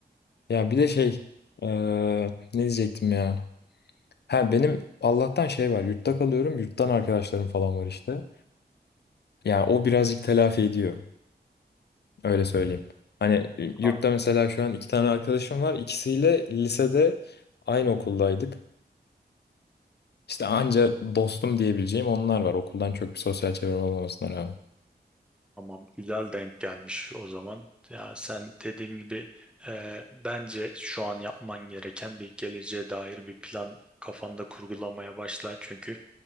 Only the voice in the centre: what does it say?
A-
Tamam güzel denk gelmiş o zaman. Ya sen dediğim gibi e, bence şu an yapman gereken bir geleceğe dair bir plan kafanda kurgulamaya başla. Çünkü